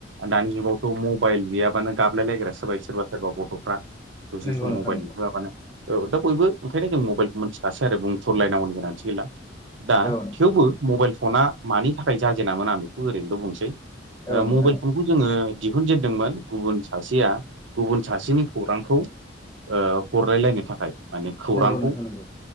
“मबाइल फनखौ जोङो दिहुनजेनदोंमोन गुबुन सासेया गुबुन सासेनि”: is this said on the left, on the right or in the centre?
Right